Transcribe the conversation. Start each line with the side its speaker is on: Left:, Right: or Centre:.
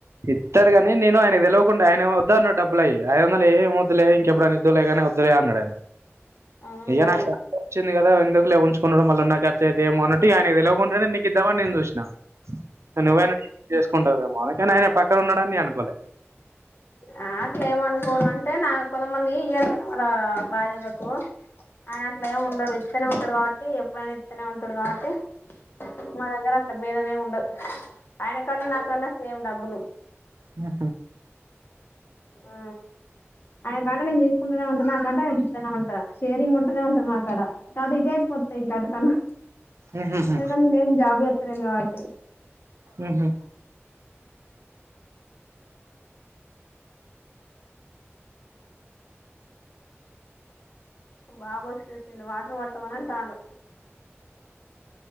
Right: ఇత్తడు గని నేను ఆయనకు తెలవకుండా ఆయనేమో వద్దన్నడు డబ్బుల అయి ఐదు వందలు ఏం వద్దులే ఇంకెప్పుడైనా ఇదువులే గానీ వద్దులే అన్నడు ఆయ
Left: అవునా
Right: ఇగ నాకు వచ్చింది కదా ఎందుకు లే ఉంచుకునుడు మల్ల ఉన్న ఖర్చ అయితేయేమో అన్నట్టు ఇగ ఆయనకు తెలియకుంటనే ఇద్దమని నేను చూసిన నువ్వైనా చేసుకుంటావేమో కానీ ఆయన పక్క ఉన్నడని నేను అనుకోలే
Left: ఆ అట్లేమనుకోడు అంటే నా కొంతమంది ఇయర్ కదా వాళ్ళ భార్యలకు ఆయన అట్లా ఏం ఉండడు ఇస్తనే ఉంటడు కాబట్టి ఎప్పుడైనా ఇస్తనే ఉంటడు కాబట్టి మా దగ్గర భేదమేం ఉండదు ఆయన కన్నా నాకన్నా సేమ్ డబ్బులు
Right: ఉహు
Left: ఆ ఆయన కంట నే తీసుకుంటూనే ఉంట నా కంట ఆయన ఇస్తనే ఉంటా షేరింగ్ ఉంటూనే ఉంటది నాకాడ తర్వాత ఇదే ఇంకా అటకన్నా
Right: ఉహుహు
Left: ఎందుకంట నేనే ఏం జాబ్ చేస్తలేను కాబట్టి
Right: ఉహు
Left: బాబు వచ్చేసిండు వాటర్ పట్టమనంటాండు